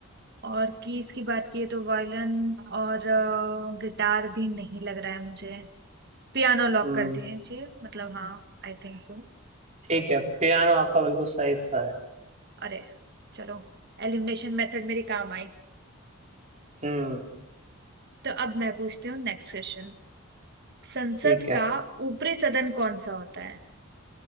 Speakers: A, on the right; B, on the right.
A: और कीज की बात की तो वायलिन और गिटार भी नहीं लग रहा है मुझे पियानो लॉक
B: हम्म
A: कर दिए जी मतलब हाँ I think so
B: ठीक है पियानो आपका बिल्कुल सही उत्तर है
A: अरे चलो एलिमिनेशन मेथड मेरी काम आई
B: हम्म
A: तो अब मैं पूछती हूँ नेक्स्ट क्वेश्चन संसद
B: ठीक है
A: का ऊपरी सदन कौन सा होता है